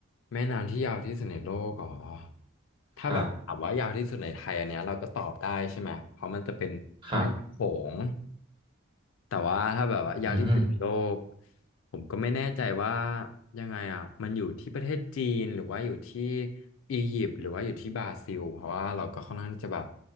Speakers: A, on the left; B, on the right.
A: แม่น้ำที่ยาวที่สุดในโลกอ๋อถ้าแบบถามว่ายาวที่สุดในไทยอันเนี้ยเราก็ตอบได้ใช่ไหมเพราะมันจะเป็นแม่น้ำโขง
B: ครับครับ
A: แต่ว่าถ้าแบบว่ายาวที่สุดในโลก
B: อืม
A: ผมก็ไม่แน่ใจว่ายังไงอ่ะมันอยู่ที่ประเทศจีนหรือว่าอยู่ที่อียิปต์หรือว่าอยู่ที่บราซิลเพราะว่าเราก็ค่อนข้างที่จะแบบ